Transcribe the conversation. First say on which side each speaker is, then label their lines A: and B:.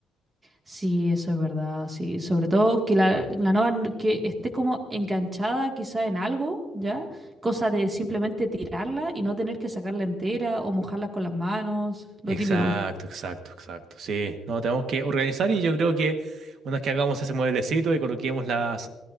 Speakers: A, on the right; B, on the right.
A: Sí, eso es verdad, sí. Sobre todo que la, la nueva n- que esté como enganchada quizá en algo, ¿ya? Cosa de simplemente tirarla y no tener que sacarla entera o mojarla con las manos, lo
B: Exacto,
A: típico.
B: exacto, exacto. Sí, no, tenemos que organizar y yo creo que una vez que hagamos ese mueblecito y coloquemos las,